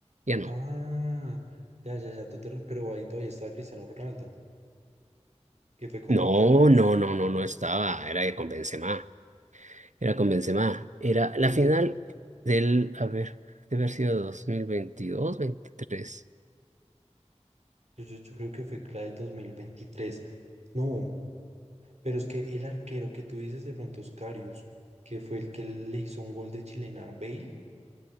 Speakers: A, on the right; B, on the right.
A: ya no.
B: Ah, ya, ya, ya, tú te re- pero ahí todavía estaba Cristiano Ronaldo, que fue contra
A: No,
B: Karius.
A: no, no, no, no estaba, era con Benzema. Era con Benzema. Era
B: Pero
A: la
B: entonces,
A: final del, a ver, debe haber sido 2022, 23.
B: yo, yo yo creo que fue la del 2023. No, Pero es que el arquero que tú dices de pronto es Karius, que fue el que le hizo un gol de chilena a Bale,